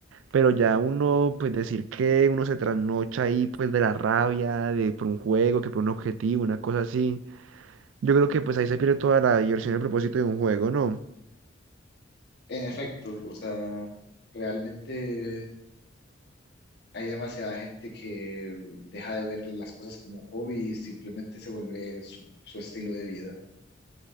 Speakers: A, on the right; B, on the left.
A: Pero ya uno, pues decir que uno se trasnocha ahí, pues de la rabia, de por un juego, que por un objetivo, una cosa así. Yo creo que pues ahí se pierde toda la diversión y el propósito de un juego, ¿no?
B: En efecto, o sea, realmente hay demasiada gente que deja de ver las cosas como hobby y simplemente se vuelve su, su estilo de vida.